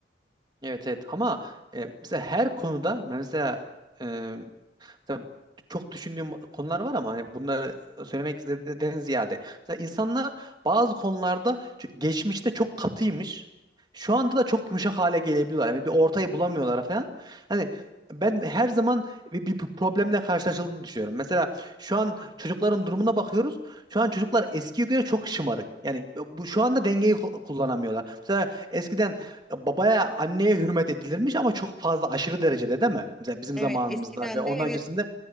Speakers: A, on the right; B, in the centre.
A: Evet evet ama e, mesela her konuda mesela e, Mesela çok düşündüğüm konular var ama hani bunları söylemekten ziyade mesela insanlar bazı konularda ç- geçmişte çok katıymış. Şu anda da çok yumuşak hale gelebiliyorlar. Yani bir ortayı bulamıyorlar falan. Hani ben her zaman bir, bir problemle karşılaşıldığını düşünüyorum. Mesela şu an çocukların durumuna bakıyoruz. Şu an çocuklar eskiye göre çok şımarık. Yani bu şu anda dengeyi ku- kullanamıyorlar. Mesela eskiden babaya, anneye hürmet edilirmiş ama çok fazla aşırı derecede değil mi? Mesela bizim
B: Evet,
A: zamanımızda
B: eskiden
A: ve ondan
B: de evet,
A: öncesinde